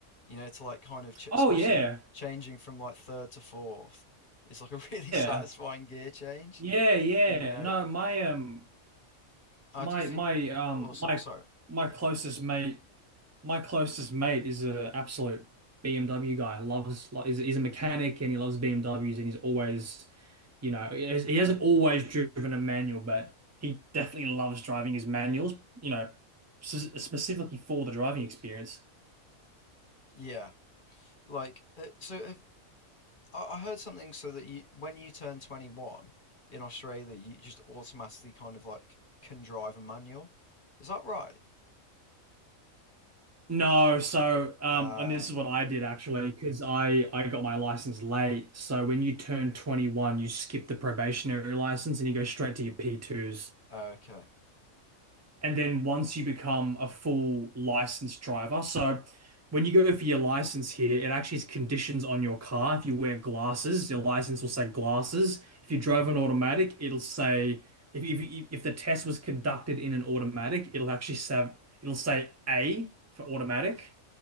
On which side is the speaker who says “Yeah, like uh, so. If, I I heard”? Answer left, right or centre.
Left